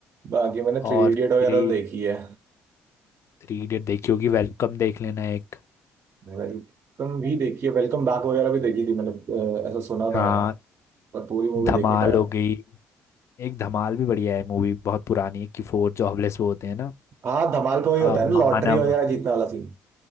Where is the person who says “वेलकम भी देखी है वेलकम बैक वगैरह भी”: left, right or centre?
Right